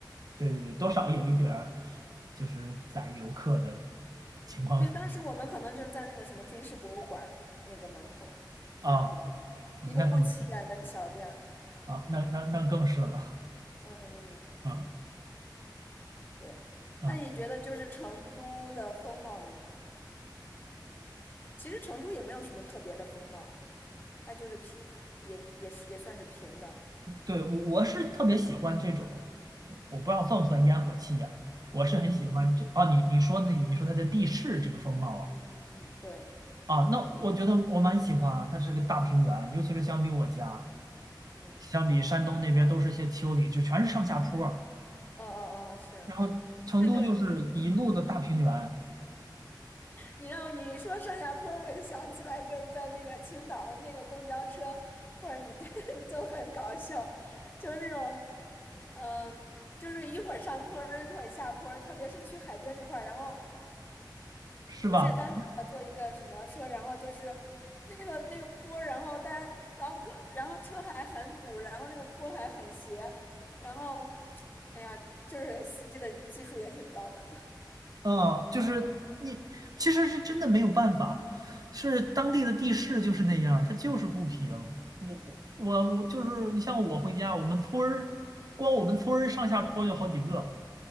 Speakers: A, on the right; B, on the left.
A: 对对对，多少有一点儿就是宰游客的情况存在
B: 对，当时我们可能就是在那个什么军事博物馆儿那个门口，那可能
A: 啊，嗯那更是
B: 一个不起眼的小店儿。
A: 啊，那那那更是了，
B: 嗯嗯，
A: 嗯
B: 对。
A: 嗯，
B: 那你觉得就是成都的风貌你，其实成都也没有什么特别的风貌，它就是平，也也是也算是平的。
A: 对，我我是特别喜欢这种，我不知道算不算烟火气呀、我是很喜欢这啊，
B: 嗯嗯
A: 你你说那你你说它的地势这个风貌啊。
B: 嗯嗯嗯，对，
A: 啊，那我觉得我蛮喜欢啊，它是个大平原，尤其是相比我家，
B: 嗯，
A: 相比山东那边都是些丘陵，就全是上下坡儿，
B: 哦哦哦，是，
A: 然后成都就是一路的大平原，
B: 对对。你让你说上下坡，我就想起来就是在那个青岛的那个公交车，或者你 <laughs> 就很搞笑，就是那种，嗯，就是一会儿上坡儿一会儿下坡儿特别是去海边那块儿。然后
A: 是吧？
B: 我记得当时我坐一个什么车，然后就是那个那个坡儿然后大家，然后各，然后车还很堵，然后那个坡还很斜，然后，哎呀，就是司机的技术也挺高的，<laughs>
A: 嗯，就是你其实是真的没有办法，是当地的地势就是那样儿它就是不平。我我我我就是你像我回家，我们村儿光我们村儿上下坡就好几个。